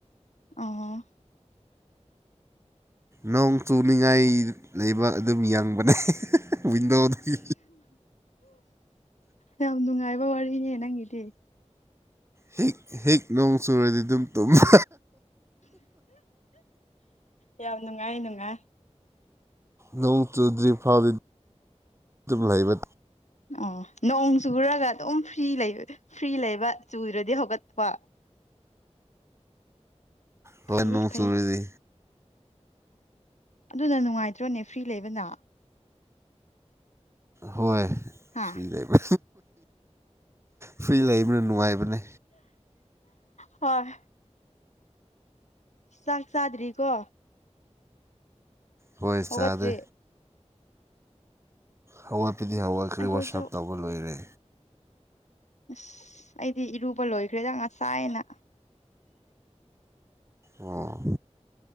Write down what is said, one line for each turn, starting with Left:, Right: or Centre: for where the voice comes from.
Left: ꯑꯣ
Right: ꯅꯣꯡ ꯆꯨꯅꯤꯡꯉꯥꯏ ꯂꯩꯕ ꯑꯗꯨꯝ ꯌꯡꯕꯅꯦ ꯋꯤꯟꯗꯣꯗꯒꯤ꯫
Left: ꯌꯥꯝ ꯅꯨꯡꯉꯥꯏꯕ ꯋꯥꯔꯤꯅꯦ ꯅꯪꯒꯤꯗꯤ꯫
Right: ꯍꯤꯛ ꯍꯦꯛ ꯅꯣꯡ ꯆꯨꯔꯗꯤ ꯑꯗꯨꯝ ꯇꯨꯝꯕ꯫
Left: ꯌꯥꯝ ꯅꯨꯡꯉꯥꯏ ꯅꯨꯡꯉꯥꯏ
Right: ꯅꯣꯡ ꯆꯨꯗ꯭ꯔꯤ ꯐꯥꯎꯗꯤ ꯑꯗꯨ ꯂꯩꯕ
Left: ꯑꯣ ꯅꯣꯡ ꯆꯨꯔꯒ ꯑꯗꯨꯝ ꯐꯔꯤ ꯂꯩ ꯐ꯭ꯔꯤ ꯂꯩꯕ ꯆꯨꯗ꯭ꯔꯗꯤ ꯍꯧꯒꯠꯄ꯫
Right: ꯍꯣꯏ
Left: ꯐꯩꯌꯦ
Right: ꯅꯣꯡ
Left: ꯐꯩ
Right: ꯆꯨꯨꯔꯗꯤ
Left: ꯑꯗꯨꯅ ꯅꯨꯡꯉꯥꯏꯇ꯭ꯔꯣꯅꯦ ꯐ꯭ꯔꯤ ꯂꯩꯕꯅ
Right: ꯍꯣꯏ
Left: ꯍꯥꯥ
Right: <unintelligible> ꯂꯩꯕ ꯐ꯭ꯔꯤ ꯂꯩꯕꯅ ꯅꯨꯡꯉꯥꯏꯕꯅꯦ
Left: ꯍꯣꯏ ꯆꯥꯛ ꯆꯥꯗ꯭ꯔꯤꯀꯣ
Right: ꯍꯣꯏ
Left: ꯍꯧꯒꯠꯇ꯭ꯔꯤ
Right: ꯆꯥꯗꯦ ꯍꯧꯋꯥꯠꯄꯗꯤ ꯍꯧꯋꯥꯠꯈ꯭ꯔꯦ
Left: ꯑꯩꯈꯣꯏꯁꯨ
Right: ꯋꯥꯁꯥꯞ ꯇꯧꯕ ꯂꯣꯏꯔꯦ꯫
Left: ꯑꯁ ꯑꯩꯗꯤ ꯏꯔꯨꯕ ꯂꯣꯏꯈ꯭ꯔꯦꯗ ꯉꯁꯥꯏꯅ꯫
Right: ꯑꯣ